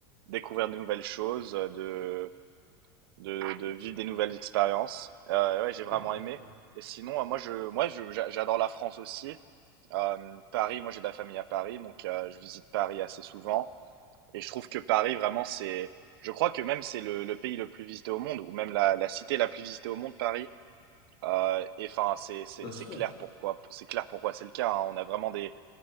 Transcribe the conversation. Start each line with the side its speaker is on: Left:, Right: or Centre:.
Right: découvrir de nouvelles choses, euh, de, de, de vivre des nouvelles expériences. Euh, ouais, j'ai vraiment
Left: exactement.
Right: aimé. Et sinon, euh, moi, je, moi, je, j'a- j'adore la France aussi. Euh, Paris, moi, j'ai de la famille à Paris, donc euh, je visite Paris assez souvent. Et je trouve que Paris, vraiment, c'est, je crois que même c'est le, le pays le plus visité au monde, ou même la, la cité la plus visitée au monde, Paris. Euh, et enfin, c'est, c'est,
Left: Bien
Right: c'est
Left: sûr,
Right: clair pourquoi, c'est clair pourquoi c'est le cas. hein. On a vraiment des,